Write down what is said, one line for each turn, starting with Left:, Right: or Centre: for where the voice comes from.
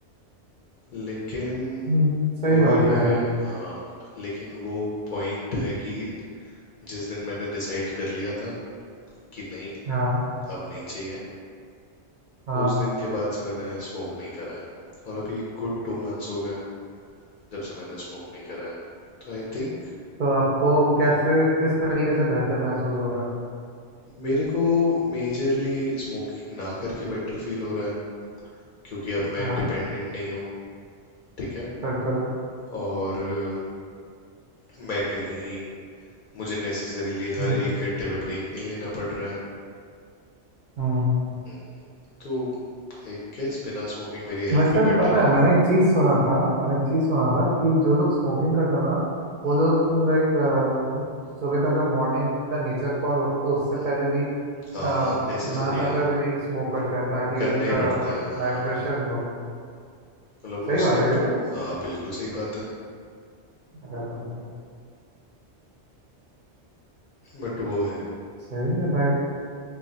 Left: लेकिन
Right: हम्म, सही
Left: वो
Right: बात
Left: ही है
Right: है यार
Left: हाँ लेकिन वो पॉइंट है कि जिस दिन मैंने डिसाइड कर लिया था कि नहीं
Right: हाँ
Left: अब नहीं चाहिए
Right: हाँ
Left: उस दिन के बाद से मैंने स्मोक नहीं करा है और अभी गुड टू मंथ्स हो गए जब से मैंने स्मोक नहीं करा है तो आई थिंक
Right: तो आपको कैसे किस तरीके से बेहतर महसूस हो रहा है
Left: मेरे को मेजरली स्मोकिंग ना करके बेटर फील हो रहा है क्योंकि अब मैं
Right: हाँ
Left: डिपेंडेंट नहीं हूँ ठीक है
Right: बिल्कुल
Left: और अ, मैं कहीं मुझे नेसेसरीली हर
Right: हम्म हम्म
Left: एक घंटे में ब्रेक नहीं लेना पड़ रहा है
Right: हम्म।
Left: हम्म, तो आई गेस बिना स्मोकिंग मेरी हेल्थ
Right: वैसे
Left: भी बेटर
Right: पता
Left: है
Right: है मैंने एक चीज़ सुना था मैंने एक चीज़ सुना था कि जो लोग स्मोकिंग करते हैं ना वो
Left: हम्म,
Right: लोग लाइक सुबह का जो मॉर्निंग का नेचर कॉल होता है उससे
Left: हम्म,
Right: पहले भी
Left: हाँ
Right: आ,
Left: हाँ नेसेसरी
Right: ना चाहते
Left: है
Right: हुए भी स्मोक करते हैं ताकि
Left: करना
Right: उनका
Left: ही पड़ता है हाँ
Right: हाई प्रेशर
Left: हाँ
Right: बहुत
Left: मतलब
Right: सही
Left: उसके
Right: बात है क्या ये?
Left: हाँ बिल्कुल सही बात है
Right: अरे बाप रे
Left: बट वो है
Right: सही है भाई